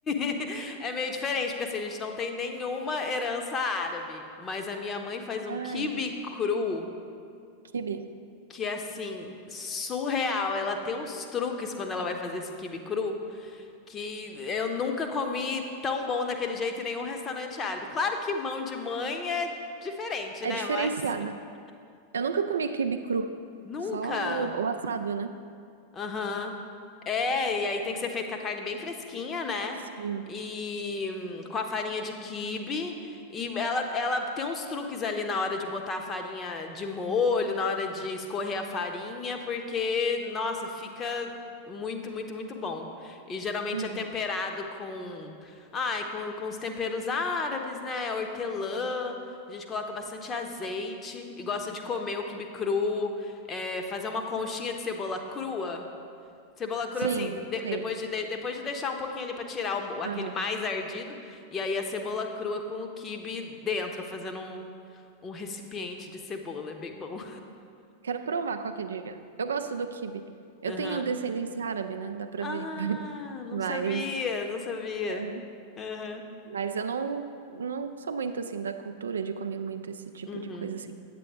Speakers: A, on the left; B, on the right.
A: <laughs> é meio diferente, porque assim, a gente não tem nenhuma herança árabe. Mas a minha mãe faz
B: Ah,
A: um quibe
B: entendi.
A: cru
B: Quibe.
A: que é assim, surreal. Ela tem uns truques quando ela vai fazer esse quibe cru que eu nunca comi tão bom daquele jeito em nenhum restaurante árabe. Claro que mão de mãe é diferente,
B: É
A: né?
B: diferenciado.
A: Mas <laughs>
B: Eu nunca comi quibe cru.
A: nunca.
B: Só o, o assado, né?
A: Aham. É, e aí tem que ser feito com a carne bem fresquinha, né?
B: Sim.
A: E hum, com a farinha de quibe. E ela, ela tem uns truques ali na hora de botar a farinha de molho, na hora de escorrer a farinha, porque, nossa, fica muito, muito, muito bom. E geralmente
B: Uhum.
A: é temperado com, ai, com, com os temperos árabes, né? Hortelã. A gente coloca bastante azeite e gosta de comer o quibe cru, é, fazer uma conchinha de cebola crua. Cebola crua,
B: Sim,
A: assim, de-
B: sei.
A: depois de, de- depois de deixar um pouquinho ali pra tirar o- aquele
B: Aham.
A: mais ardido, e aí a cebola crua com o quibe dentro, fazendo um, um recipiente de cebola, é bem bom.
B: Quero provar qualquer dia. Eu gosto do quibe. Eu
A: Aham.
B: tenho descendência árabe, né? Dá pra
A: Ah,
B: ver.
A: não
B: Mas,
A: sabia, não sabia.
B: é,
A: Aham.
B: mas eu não, não sou muito assim da cultura de comer muito esse tipo
A: Uhum.
B: de coisa assim.